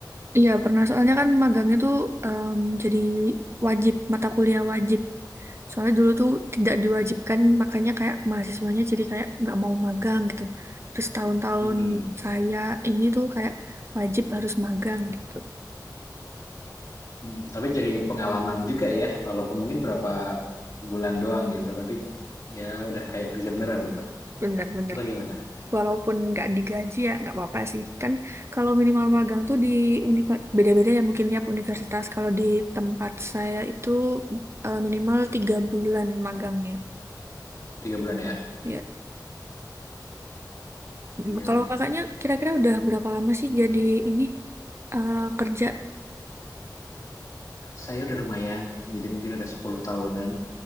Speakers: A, on the right; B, on the left.
A: Iya pernah soalnya kan magang itu em, jadi wajib mata kuliah wajib. Soalnya dulu tuh tidak diwajibkan makanya kayak mahasiswanya jadi kayak nggak mau magang gitu. Terus tahun-tahun
B: Mm-mm.
A: saya ini tuh kayak wajib harus magang gitu.
B: Mhm, tapi jadi pengalaman juga ya, walaupun mungkin berapa bulan doang gitu, tapi ya udah kayak kerja beneran gitu.
A: Bener-bener.
B: Atau gimana?
A: walaupun nggak digaji ya nggak apa-apa sih kan kalau minimal magang tuh di univa- beda-beda ya mungkin tiap universitas kalau di tempat saya itu eh, minimal tiga bulan magangnya
B: Tiga bulan ya?
A: ya
B: Iya.
A: Mm, kalau kakaknya kira-kira udah berapa lama sih jadi ini eh, kerja
B: Saya udah lumayan, jadi mungkin udah 10 tahunan.